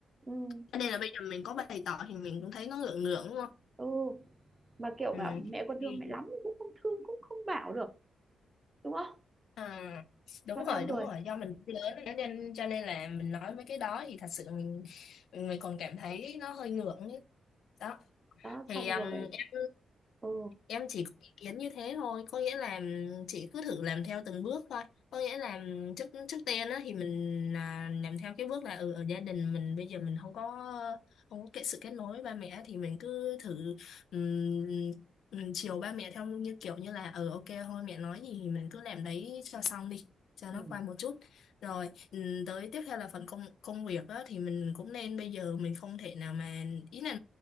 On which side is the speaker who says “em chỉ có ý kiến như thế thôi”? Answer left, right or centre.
Left